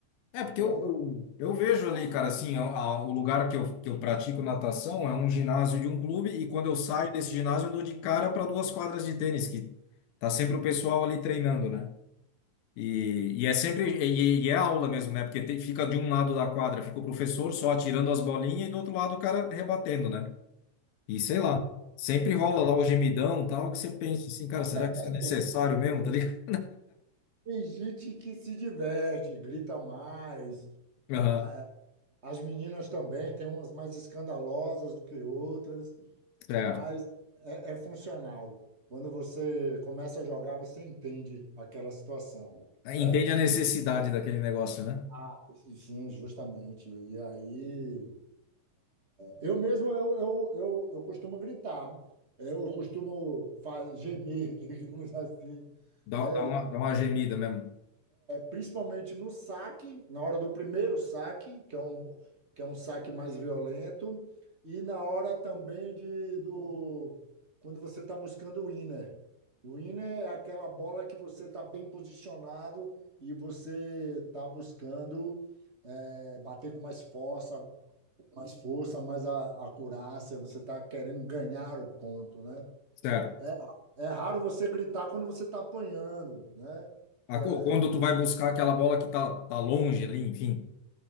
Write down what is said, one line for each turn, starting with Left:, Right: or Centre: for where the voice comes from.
Left: É,
Right: Então,
Left: porque eu, eu, eu vejo ali, cara, assim, a- a- o lugar que eu, que eu pratico natação é um ginásio de um clube e quando eu saio desse ginásio eu dou de cara para duas quadras de tênis, que tá sempre o pessoal ali treinando, né? E, e é sempre, e, e é aula mesmo, né? Porque tem- fica de um lado da quadra, fica o professor só atirando as bolinhas e do outro lado o cara rebatendo, né? E sei lá, sempre rola lá o gemidão e tal, que você pensa assim, cara, será que
Right: depende.
Left: isso é necessário mesmo, tá ligado?
Right: Tem gente que se diverte, grita mais.
Left: <laughs> Aham,
Right: A- As meninas também, tem umas mais escandalosas do que outras.
Left: certo.
Right: mas é, é funcional. Quando você começa a jogar, você entende aquela situação,
Left: Entende
Right: né?
Left: a necessidade daquele negócio, né?
Right: Ah, E Sim, justamente. E aí, eu mesmo eu, eu, eu, eu costumo gritar, eu costumo fa- gemer, <laughs> digamos assim,
Left: Dá,
Right: né?
Left: dá uma, dá uma gemida mesmo.
Right: principalmente no saque, na hora do primeiro saque, que é um, que é um saque mais violento, e na hora também de do quando você está buscando o winner. O winner é aquela bola que você está bem posicionado e você está buscando é, bater com mais força, mais força, mais a, acurácia, você está querendo ganhar o ponto, né?
Left: Certo.
Right: É, é raro você gritar quando você está apanhando, né?
Left: A
Right: Que é-
Left: co- Quando tu vai buscar aquela bola que tá, tá longe ali, enfim.